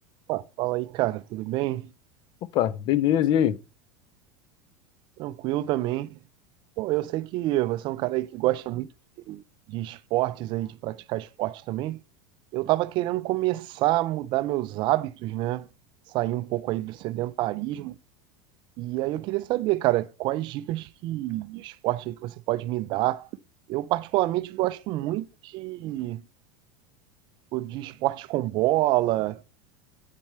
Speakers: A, on the right; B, on the left.
A: Pá, fala aí, cara, tudo bem?
B: Opa, beleza, e aí?
A: Tranquilo também. Pô, eu sei que você é um cara aí que gosta muito de de esportes aí, de praticar esporte também. Eu tava querendo começar a mudar meus hábitos, né? Sair um pouco aí do sedentarismo. E aí eu queria saber, cara, quais dicas que, de esporte aí que você pode me dar? Eu particularmente gosto muito de, de esporte com bola,